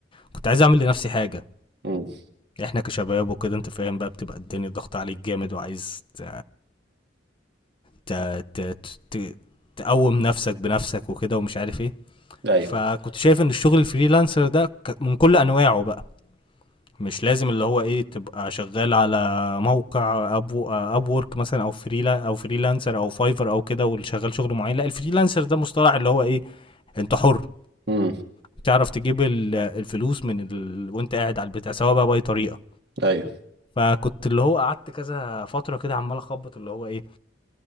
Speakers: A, on the left (about 30°); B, on the right (about 60°).
A: كنت عايز أعمل لنفسي حاجة
B: امم
A: إحنا كشباب وكده أنت فاهم بقى بتبقى الدنيا ضغط عليك جامد وعايز ت... ت... ت... ت... تقوم نفسك بنفسك وكده ومش عارف إيه
B: ايوه
A: فكنت شايف إن الشغل الفريلانسر ده ك- من كل أنواعه بقى مش لازم اللي هو ايه تبقى شغال على موقع ابو اب وورك مثلا او فريلا او فريلانسر او فايفر او كده واللي شغال شغل معين لا الفريلانسر ده مصطلح اللي هو ايه انت حر
B: امم
A: بتعرف تجيب ال- الفلوس من ال... وانت قاعد على البتاع سواء بقى باي طريقه
B: ايوه
A: فكنت اللي هو قعدت كذا فتره كده عمال اخبط اللي هو ايه